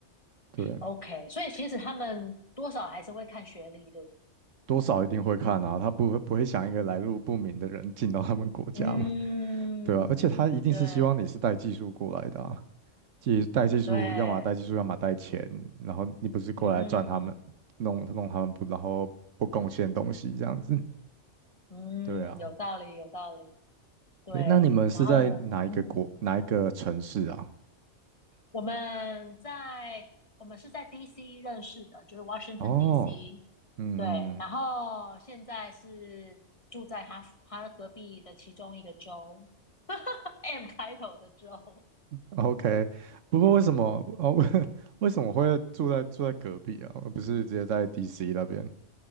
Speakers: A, on the right (about 90°); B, on the left (about 30°).
A: 对，
B: ，OK，所以其实他们多少还是会看学历，对不对？
A: 多少一定会看啊，他不会不会想一个来路不明的人进到他们国家嘛，
B: 嗯，
A: 对啊，而且他一定是希望你是带技术过来的啊，
B: 对
A: 技带技术，
B: 对，
A: 要么带技术，要么带钱，然后你不是过来赚他们，
B: 嗯哼哼，
A: 弄弄他们不，然后不贡献东西这样子，
B: 嗯，
A: 对啊，
B: 有道理，有道理，对。
A: 对，那你们是在哪一个国哪一个城市啊？
B: 然后，嗯，我们在我们是在 DC 认识的，就是 Washington
A: 哦，
B: DC，
A: 嗯嗯。
B: 对。然后现在是住在他他隔壁的其中一个州 <laughs>，M 开头的州，
A: OK，不过为什么哦？<laughs> 为什么会住在住在隔壁啊？而不是直接在 DC 那边？